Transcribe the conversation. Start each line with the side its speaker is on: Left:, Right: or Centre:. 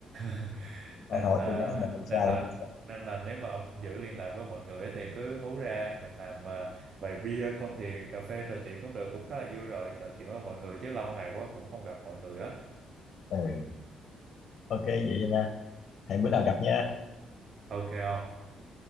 Right: <laughs>
Left: hỏi
Right: nên
Left: hỏi
Right: là
Left: tụi nó giờ mình sao.
Right: nên là nên là nếu mà ông giữ liên lạc với mọi người á thì cứ hú ra mình làm ờ, vài bia không thì cà phê trò chuyện cũng được cũng khá là vui rồi trò chuyện với mọi người chứ lâu ngày quá cũng không gặp mọi người á
Left: Ừ, ok vậy nha. Hẹn bữa nào gặp nha.
Right: ok không